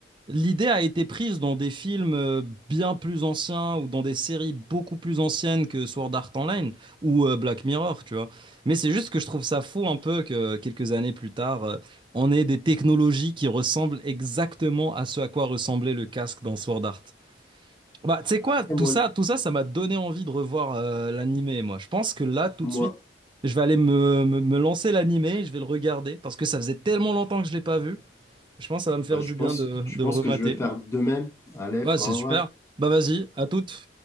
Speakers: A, on the right (about 25°); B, on the left (about 15°).
A: l'idée a été prise dans des films euh, bien plus anciens ou dans des séries beaucoup plus anciennes que Sword Art Online ou euh, Black Mirror, tu vois. Mais c'est juste que je trouve ça fou un peu que euh, quelques années plus tard, euh, on ait des technologies qui ressemblent exactement à ce à quoi ressemblait le casque dans Sword Art. Bah, tu sais quoi,
B: après
A: tout
B: moi,
A: ça, tout ça, ça m'a donné envie de revoir euh, l'animé, moi. Je pense que là, tout
B: moi,
A: de suite, je vais aller me, me, me lancer l'animé, je vais le regarder, parce que ça faisait tellement longtemps que je l'ai pas vu. Je pense que ça va me faire
B: bah, je
A: du
B: pense,
A: bien de,
B: je
A: de
B: pense
A: le remater.
B: que je vais faire de même. Allez,
A: Ouais, c'est
B: au revoir.
A: super. Bah vas-y, à toutes.